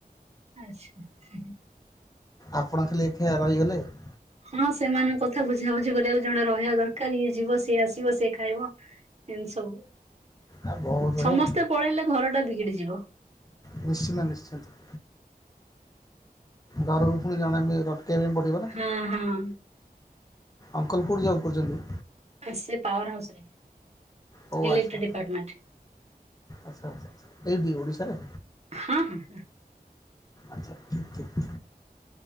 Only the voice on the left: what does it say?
ଆପଣ ଖାଲି ଏକା ରହିଗଲେ ଆଉ।
ଆଉ ବହୁତ ବଢ଼ିଆ
ନିଶ୍ଚିନ୍ତ ନିଶ୍ଚିନ୍ତ। ଘରକୁ ପୁଣି ଜଣେ ବି ରଖିବା ପାଇ ପଡ଼ିବନା
ଅଙ୍କଲ କୋଉଠି ଜବ୍ କରିଛନ୍ତି?
ଓ
ଆଚ୍ଛା
ଆଚ୍ଛା ଆଚ୍ଛା ଏଇଠି ଓଡ଼ିଶାରେ
ଆଚ୍ଛା ଠିକ୍ ଠିକ୍।